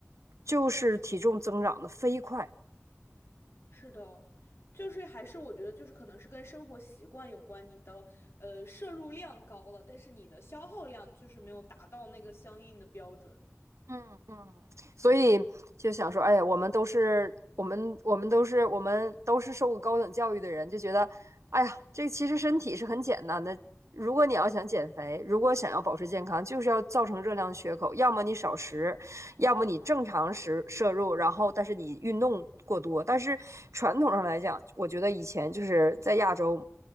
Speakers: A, on the right; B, on the left.
A: 就是体重增长的飞快。
B: 是的，就是还是我觉得就是可能是跟生活习惯有关，你的呃摄入量高了，但是你的消耗量就是没有达到那个相应的标准。
A: 嗯嗯，所以就想说，哎，呀，我们都是我们我们都是我们都是受过高等教育的人，就觉得，哎呀，这其实身体是很简单的。如果你要想减肥，如果想要保持健康，就是要造成热量缺口，要么你少食，要么你正常食摄入，然后但是你运动过多。但是传统上来讲，我觉得以前就是在亚洲。